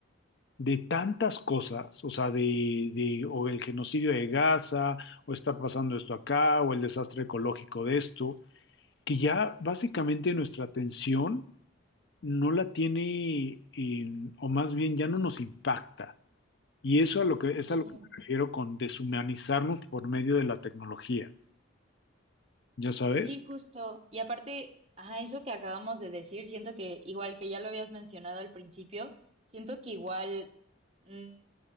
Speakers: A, on the left; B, on the right.
A: de tantas cosas, o sea, de, de o el genocidio de Gaza, o está pasando esto acá, o el desastre ecológico de esto, que ya básicamente nuestra atención no la tiene, eh, o más bien ya no nos impacta. Y eso a lo que,
B: Sí,
A: es a lo que me refiero con deshumanizarnos por medio de la tecnología, ¿ya sabes?
B: Sí, justo. Y aparte, ajá, eso que acabamos de decir, siento que igual que ya lo habías mencionado al principio, siento que igual, mm,